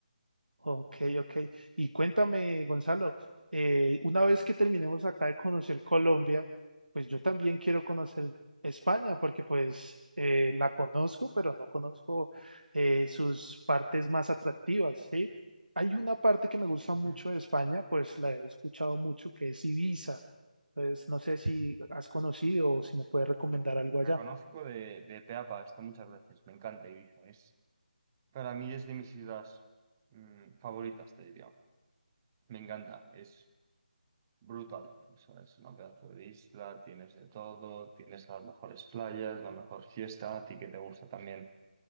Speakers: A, on the right; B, on the right.
A: Ok, ok. Y cuéntame, Gonzalo, eh, una vez que terminemos acá de conocer Colombia, pues yo también quiero conocer España, porque pues eh, la conozco, pero no conozco eh, sus partes más atractivas, ¿sí? Hay una parte que me gusta
B: Ujú.
A: mucho de España, pues la he escuchado mucho, que es Ibiza. Entonces, no sé si has conocido o si me puedes recomendar algo allá.
B: La conozco de, de pe a pa, he estado muchas veces, me encanta Ibiza. Es, para mí es de mis ciudades mm, favoritas, te diría. Me encanta, es Brutal, o sea, es una pedazo de isla, tienes de todo, tienes las mejores playas, la mejor fiesta, a ti que te gusta también